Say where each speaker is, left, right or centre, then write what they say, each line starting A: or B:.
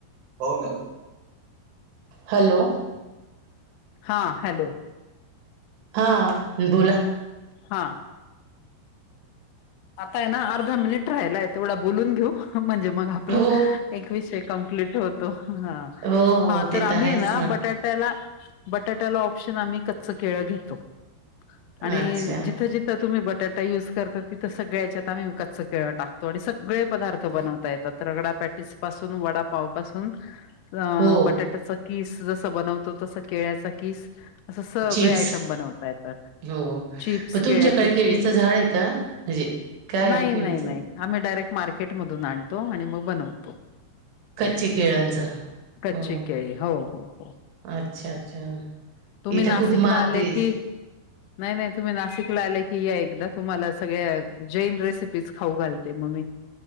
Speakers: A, on the right; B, on the left.
A: पाहू नं हं हॅलो
B: हा हॅलो
A: हा बोला
B: हा आता ये ना अर्धा मिनिट राहिलाय तेवढा बोलून घेऊ म्हणजे मग आपलं
A: हो
B: एक विषय कम कम्प्लीट होतो हा
A: हो हो
B: हा
A: ते
B: तर आम्ही
A: आहेच
B: ये ना
A: मग
B: बटाट टयाला बटाट्याला ऑप्शन आम्ही कच्च केळ घेतो. आणि
A: अच्छा
B: जिथं जिथं तुम्ही बटाटा युज करता तिथं सगळ्याच्यात आम्ही उच सगळ टाकतो आणि सगळे पदार्थ बनवता येतात रगडा पॅटीस. पासून वडापाव पासून. अ
A: हो
B: बटाट्याचा कीस जसं बनवतो तसं केळ्याचा कीस. असं सगळे
A: चिप्स
B: आयटम बनवता येतात
A: हो
B: चिप्स
A: मग तुमच्याकडे
B: केळ्याचे
A: केळीचं
B: चिप्स.
A: झाड आहे का? काय
B: नाही
A: आहे केळीचं
B: नाही नाही आम्ही डायरेक्ट मार्केट मधून आणतो आणि मग बनवतो.
A: कच्चे
B: असं
A: केळांचं.
B: कच्ची
A: हम्म
B: केळी हो हो हो.
A: अच्छा अच्छा!
B: तुम्ही
A: इथं
B: नाशिकला
A: खूप महाग
B: आले
A: दे
B: की नाही नाही तुम्ही नाशिकला आले की या एकदा तुम्हाला. सगळ्या जैन रेसिपीज खाऊ घालते मगमी.